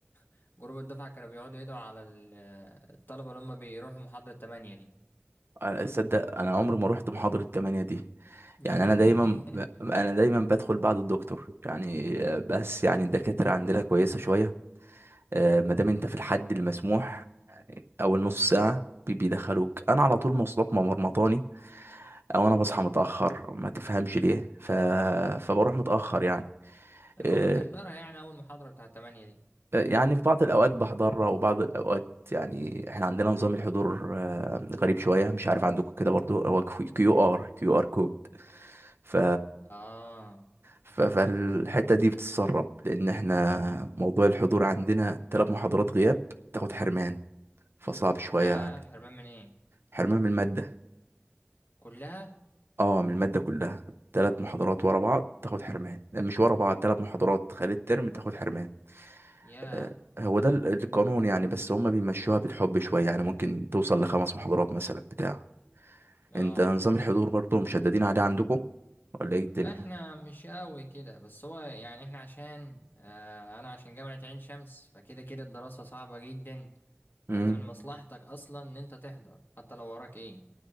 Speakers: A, on the left; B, on the right.
A: <laughs> جروب الدفعة كانوا بيقعدوا يدعوا على ال- الطلبة اللي هم بيروحوا محاضرة تمانية دي
B: أنا- تصدق انا عمري ما رحت محاضره 8 دي
A: <laughs>
B: يعني انا دايما ب- انا دايما بدخل بعد الدكتور يعني آه، بس يعني الدكاتره عندنا كويسه شويه آه، ما دام انت في الحد المسموح اول نص ساعه بي- بيدخلوك انا على طول مواصلات ما مرمطاني او انا بصحى متاخر ما تفهمش ليه ف... فبروح متاخر يعني
A: المهم
B: إيه،
A: بتحضرها يعني أول محاضرة بتاعة تمانية دي
B: يعني في بعض الاوقات بحضرها وبعض الاوقات يعني احنا عندنا نظام الحضور آه، غريب شويه مش عارف عندكم كده برضو هو كيو ار كيو ار كود ف
A: اه
B: ف- فالحته دي بتتسرب لان احنا موضوع الحضور عندنا ثلاث محاضرات غياب تاخد حرمان فصعب شويه
A: يا
B: يعني
A: حرمان من ايه؟
B: حرمان من الماده
A: كلها؟
B: اه من المادة كلها ثلاث محاضرات ورا بعض تاخد حرمان مش ورا بعض ثلاث محاضرات خلال الترم تاخد حرمان
A: يا
B: آه، هو ده ال- القانون يعني بس هما بيمشوها بالحب شوية يعني ممكن توصل لخمس محاضرات مثلا بتاع
A: اه
B: انت نظام الحضور برضو مشددين عليه عندكم ولا ايه الدنيا
A: لا احنا مش قوي كده بس هو يعني احنا عشان اه انا عشان جامعة عين شمس فكده كده الدراسة صعبة جدا
B: امم
A: انت من مصلحتك اصلا ان انت تحضر حتى لو وراك ايه